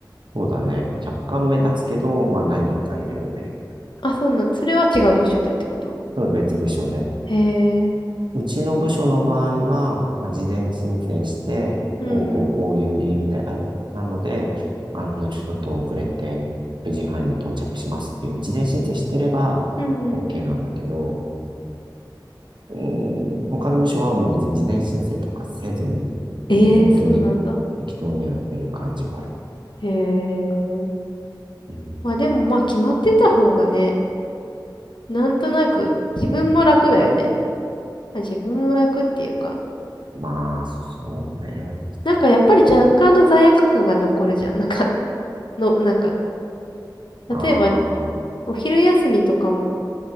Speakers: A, on the right (about 70°); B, on the left (about 75°).
A: そうだね、若干目立つけど、まあ何人かいるよね。
B: あ、そうなん、それは違う部署でってこと
A: そう別部署で。
B: へえ。
A: うちの部署の場合は、まあ、事前申請して、
B: うん。
A: こうこうこういう理由であれ、なので、あの、ちょっと遅れて9時半に到着しますっていうのを事前申請してれば
B: うん。
A: OK なんだけど、うーん、他の部署はもう別に事前申請とかせずに、
B: ええそうなんだ。
A: もう本当に適当にやってる感じはある。
B: へえ。
A: うん、
B: まあでもまあ決まってた方がね、なんとなく自分も楽だよね。まあ、自分も楽っていうか、
A: まあ、そうね。
B: なんかやっぱり若干の罪悪感が残るじゃん。なんか、<laughs> の、なんか、
A: あ
B: 例えば
A: あ、
B: お昼休みとかも、